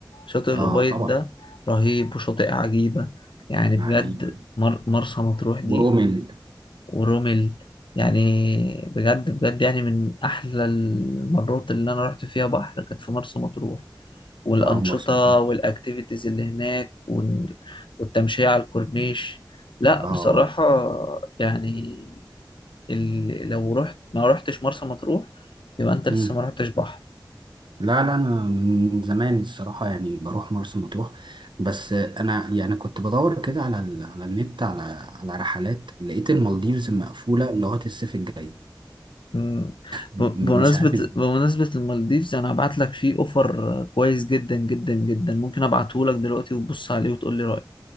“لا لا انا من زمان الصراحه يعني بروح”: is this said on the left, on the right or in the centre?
Right